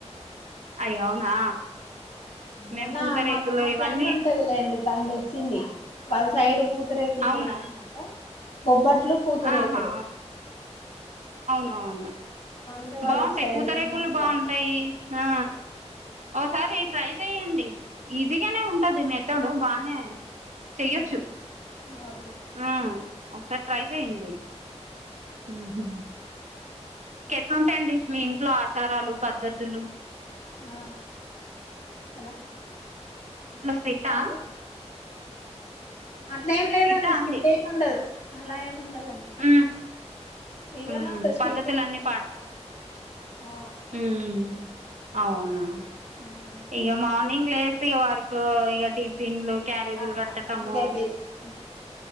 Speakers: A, on the right; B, on the left.
A: అయో అవునా మేము
B: మొన్న
A: పూతరేకులు
B: మా మా
A: ఇవన్నీ
B: ఫ్రెండ్ ఉంటంది లేండి తను తెచ్చింది వాళ్ళ సైడ్ పూతరేకులు
A: అవునా
B: ఫేమస్ అంట బొబ్బట్లు పూతరేకులు
A: ఆహా అవునా
B: ఆంధ్ర వాళ్ళ
A: బాగుంటాయి
B: సైడ్
A: పూతరేకులు
B: ఫేమస్
A: బాగుంటాయి
B: కదా
A: ఆ ఓసారి ట్రై చేయండి ఈజీగానే ఉంటది మెతడు బానే చెయ్యొచ్చు
B: ఆహా ఓకే
A: ఆ ఒకసారి ట్రై చేయండి హుమ్ హూ ఇంకెట్లుంటాయండి మీ ఇంట్లో ఆచారాలు పద్ధతులు
B: ఆ హలో
A: ఫుల్ స్ట్రిటా
B: సారీ అట్లా ఏం లేదండి
A: స్ట్రిట్టా
B: స్ట్రిట్టెమీ
A: అండి
B: ఉండదు అలా ఏమి ఉండదండి
A: ఉమ్
B: ఫ్రీగానే
A: ఉమ్
B: ఉంటది స్ట్రిక్ట్
A: పద్ధతులన్నీ
B: ఏం కాదు ఆ ఆ
A: హుమ్ హు అవునా
B: హుమ్
A: ఇగా మార్నింగ్ లేసి ఇగ వర్క్ ఇగా టీ పిన్లు క్యారేజీలు
B: ఆ
A: కట్టటము
B: ఇదే బేసిక్